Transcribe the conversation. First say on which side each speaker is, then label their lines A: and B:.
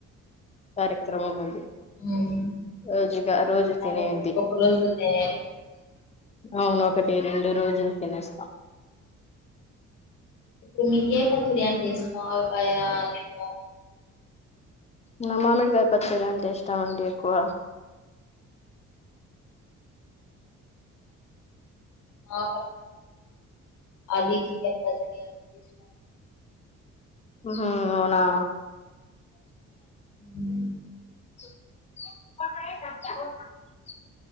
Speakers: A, on the left; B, on the left.
A: కరిక్రమం ఉంది
B: హ్మ్
A: రోజుగా రోజు తినేది,
B: అదే ఒక రోజులో తయారు హ్మ్.
A: అవును ఒకటి రెండు రోజులు తినేస్త
B: ఇప్పుడు మీకే పచ్చడి అంటే <unintelligible> ఒకకాయ అన్నిట్లో
A: మా మామిడి కాయ పచ్చడి అంటే ఇష్టం అండి ఎక్కువ
B: మా అది చికెన్ పచ్చడి అ <unintelligible>
A: ఉహ్ హు అవునా
B: అ <inaudible>
A: <inaudible>